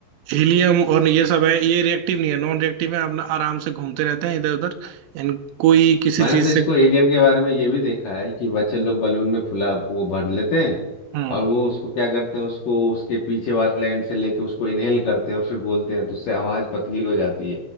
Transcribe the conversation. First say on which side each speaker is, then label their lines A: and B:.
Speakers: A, on the right; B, on the left.
A: हीलियम और ये सब है ये रिएक्टिव नहीं है नॉन रिएक्टिव है अपना आराम से घूमते रहते हैं इधर उधर इन कोई किसी
B: मैंने
A: चीज
B: तो इसको
A: से
B: हीलियम के बारे में ये भी देखा है कि बच्चे लोग बलून में फुला वो भर लेते हैं
A: हम्म
B: और वो उसको क्या करते हैं उसको उसके पीछे वाले एंड से लेके उसको इनहेल करते हैं और फिर बोलते हैं तो उससे आवाज पतली हो जाती